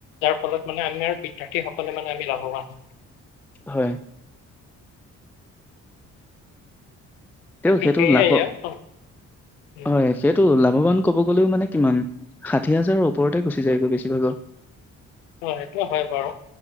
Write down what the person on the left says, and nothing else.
যাৰ ফলত মানে আমি আৰু থাকিসকলে মানে আমিাভৱ আহ
বাকী
সেয়াই
আৰু অ উম,
অ সেইটোে হয় বাৰু